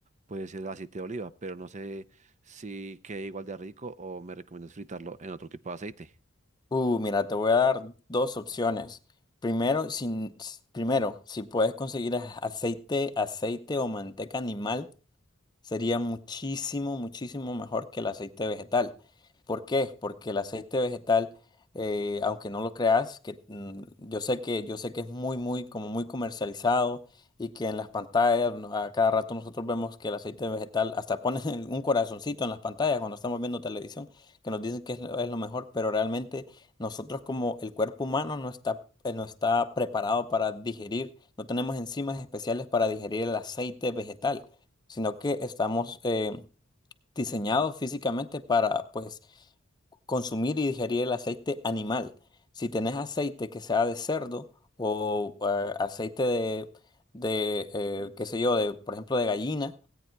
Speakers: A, on the right; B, on the left.
A: puede ser el aceite de oliva, pero no sé si queda igual de rico o me recomiendas fritarlo en otro tipo de aceite.
B: Uh, mira, te voy a dar dos opciones. Primero, sin, s- primero, si puedes conseguir a- aceite, aceite o manteca animal sería muchísimo, muchísimo mejor que el aceite vegetal. ¿Por qué? Porque el aceite vegetal, eh, aunque no lo creas, que mm, yo sé que yo sé que es muy, muy, como muy comercializado y que en las pantallas no, a cada rato nosotros vemos que el aceite vegetal hasta ponen <laughs> un corazoncito en las pantallas cuando estamos viendo televisión, que nos dicen que es lo, es lo mejor, pero realmente nosotros como el cuerpo humano no está eh, no está preparado para digerir, no tenemos enzimas especiales para digerir el aceite vegetal sino que estamos eh, diseñados físicamente para pues consumir y digerir el aceite animal. Si tenés aceite que sea de cerdo o eh, aceite de, de eh, qué sé yo, de, por ejemplo, de gallina,